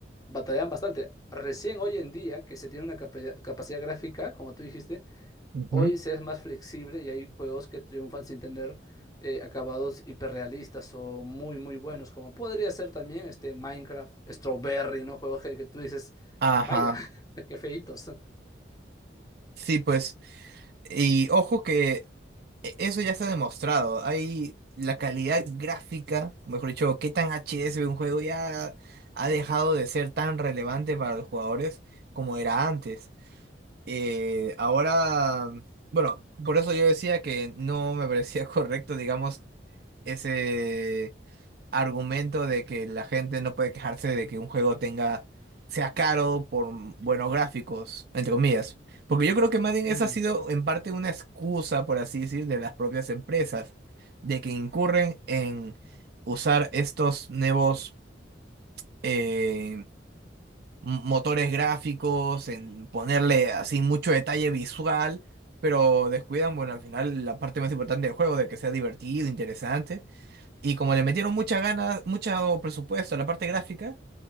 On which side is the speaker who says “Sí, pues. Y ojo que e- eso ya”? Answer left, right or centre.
Right